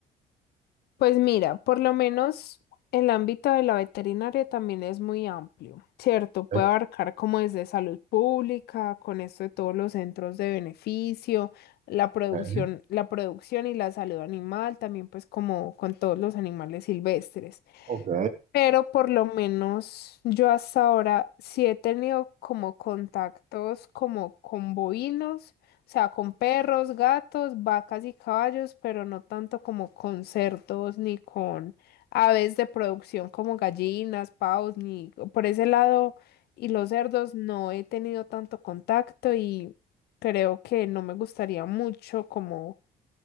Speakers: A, on the left; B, on the right.
A: pues mira, por lo menos el ámbito de la veterinaria también es muy amplio, ¿cierto? Puede
B: eh,
A: abarcar como desde salud pública, con esto de todos los centros de beneficio, la producción,
B: eh,
A: la producción y la salud animal, también pues como con todos los animales silvestres.
B: ok,
A: Pero por lo menos yo hasta ahora sí he tenido como contactos como con bovinos, o sea, con perros, gatos, vacas y caballos, pero no tanto como con cerdos ni con aves de producción como gallinas, pavos, ni por ese lado. Y los cerdos no he tenido tanto contacto y creo que no me gustaría mucho como